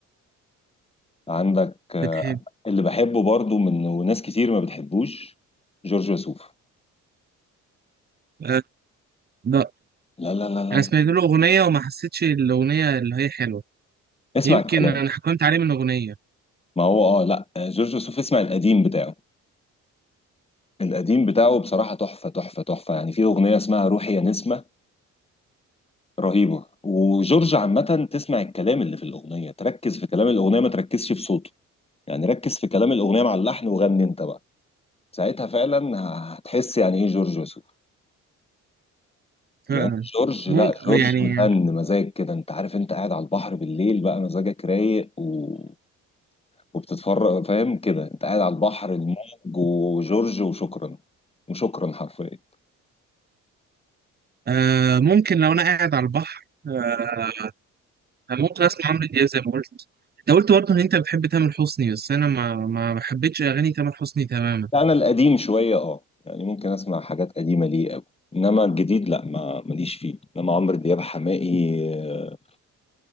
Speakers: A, on the left; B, on the right.
A: عندك آه،
B: بتحب
A: اللي بحبه برضو من وناس كتير ما بتحبوش جورج وسوف
B: آه لا
A: لا لا لا لا
B: انا
A: لا.
B: سمعت له اغنيه وما حسيتش الاغنيه اللي هي حلوه
A: اسمع
B: يمكن
A: الكلام
B: انا حكمت عليه من اغنيه
A: ما هو اه لا آه، جورج وسوف اسمع القديم بتاعه القديم بتاعه بصراحة تحفة تحفة تحفة يعني في أغنية اسمها روحي يا نسمة رهيبة وجورج عامة تسمع الكلام اللي في الأغنية تركز في كلام الأغنية ما تركزش في صوته يعني ركز في كلام الاغنيه مع اللحن وغني انت بقى ساعتها فعلا هتحس يعني ايه جورج وسوف
B: فعلا
A: لان جورج
B: ممكن
A: لا جورج
B: يعني
A: فن مزاج كده انت عارف انت قاعد على البحر بالليل بقى مزاجك رايق و... وبتتفرج فاهم كده انت قاعد على البحر الموج وجورج وشكرا وشكرا حرفيا
B: آه ممكن لو انا قاعد على البحر آه ممكن اسمع عمرو دياب زي ما قلت انت قلت برضه ان انت بتحب تامر حسني بس انا ما ما حبيتش اغاني تامر حسني تماما
A: لا، انا القديم شويه اه يعني ممكن اسمع حاجات قديمه ليه قوي انما الجديد لا ما ماليش فيه انما عمرو دياب حماقي آه،